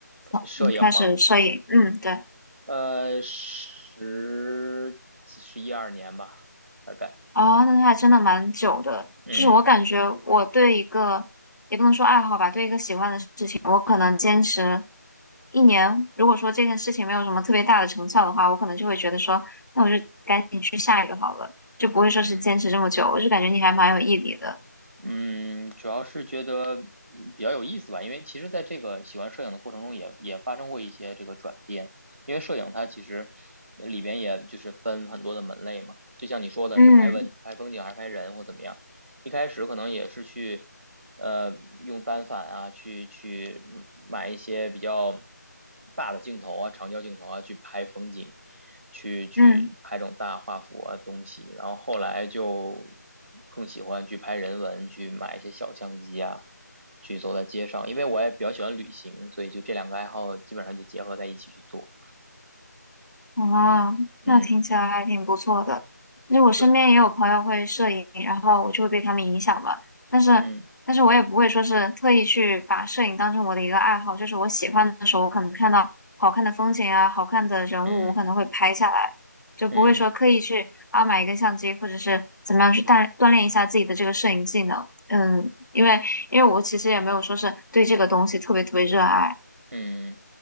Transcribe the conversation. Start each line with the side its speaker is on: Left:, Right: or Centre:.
Right: 摄影吗？
Left: 你开始摄影，嗯，对。
Right: 呃，十几十一二年吧，大概。
Left: 哦，那他还真的蛮久的。
Right: 嗯
Left: 就是我感觉我对一个，也不能说爱好吧，对一个喜欢的事情，我可能坚持一年。如果说这件事情没有什么特别大的成效的话，我可能就会觉得说，那我就赶紧去下一个好了，就不会说是坚持这么久。
Right: 嗯
Left: 我就感觉你还蛮有毅力的。
Right: 嗯，主要是觉得嗯比较有意思吧，因为其实在这个喜欢摄影的过程中也，也发生过一些这个转变。因为摄影它其实里边也就是分很多的门类嘛，就像你说的是拍文、
Left: 嗯
Right: 拍风景还是拍人或怎么样。一开始可能也是去，呃，用单反啊，去去买一些比较大的镜头啊，长焦镜头啊，去拍风景，去去拍这种大画幅啊东西。
Left: 嗯。
Right: 然后后来就更喜欢去拍人文，去买一些小相机啊，去走在街上。因为我也比较喜欢旅行，所以就这两个爱好基本上就结合在一起去做。
Left: 哦，
Right: 嗯，
Left: 那听起来还挺不错的。就我身边也有朋友会摄影，
Right: 对，
Left: 然后我就会被他们影响嘛。但是，
Right: 嗯
Left: 但是我也不会说是特意去把摄影当成我的一个爱好，就是我喜欢的时候，我可能看到好看的风景啊、好看的人物，
Right: 嗯
Left: 我可能会拍下来，就不会说刻意去啊买一个相机，
Right: 嗯。
Left: 或者是怎么样去锻锻炼一下自己的这个摄影技能。嗯，因为因为我其实也没有说是对这个东西特别特别热爱。
Right: 嗯，